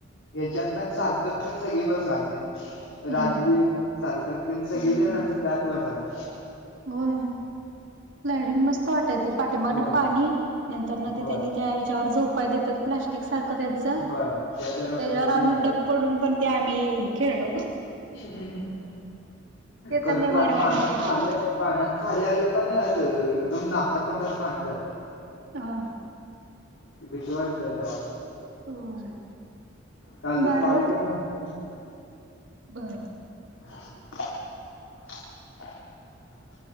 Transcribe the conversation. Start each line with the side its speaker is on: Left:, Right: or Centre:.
Left: ह्याच्यात पण सार्थक तेण सगळी बसाल त
Right: होय
Left: राजवीर, सार्थक तिन सगळी
Right: हम्म
Left: जण असं त्यात बसालत.
Right: होय लाडीन मस्त वाटाय ते पाठीमागण
Left: होय
Right: पाणी नंतर न
Left: होय
Right: ते त्यांनी त्या ह्याच्यावर झोपाय देतात प्लस्टिक सारखं त्यांचं
Left: होय त्याच रबरीचं
Right: त्याच्यावर आम्ही
Left: हे
Right: डब पडून पण ते आम्ही खेळलो.
Left: <unintelligible>
Right: ते
Left: पाण्यात
Right: तर लय भारी वाटत
Left: पान
Right: होत.
Left: पाण्यात खाली आलं का नाही असं एकदम नाकातोंडात पाणी जाते.
Right: हा.
Left: भीती वाटत <unintelligible>
Right: होय
Left: काल ते
Right: भारी
Left: कॉल तर नसतात.
Right: बरं.
Left: <inaudible>